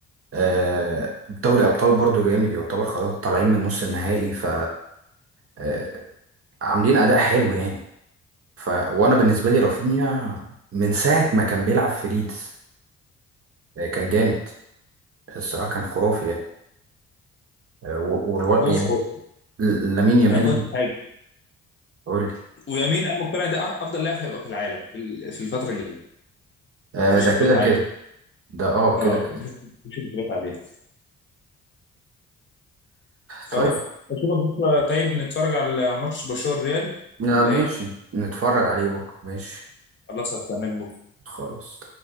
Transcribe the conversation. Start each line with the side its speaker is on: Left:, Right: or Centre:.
Right: آه، دوري أبطال برضو جامد يعتبر خلاص طالعين من نص النهائي ف آه، عاملين أداء حلو يعني ف وأنا بالنسبة لي رافينيا من ساعة ما كان بيلعب في ليدز آه، كان جامد الصراحة كان خرافي يعني آه، و- والو...
Left: هو
Right: يعني
Left: خلاص
Right: لامين يامال
Left: انا ما قلت حاجه
Right: قول لي.
Left: ويمين انا مقتنع ده أح- افضل لاعب هيبقى في العالم في ال- في الفتره الجايه
Right: آه،
Left: مفيش
Right: ده
Left: اختلاف
Right: كده
Left: عليه
Right: كده ده اه
Left: اه
Right: كده كده
Left: ده مفيش اختلاف عليها خلاص
Right: طيب
Left: اشوفك بكره طيب نتفرج على ماتش برشلونه الريال
Right: لا
Left: ولا
Right: ماشي
Left: ايه
Right: نتفرج عليه بكرة ماشي
Left: خلاص هستناك بكره
Right: خلاص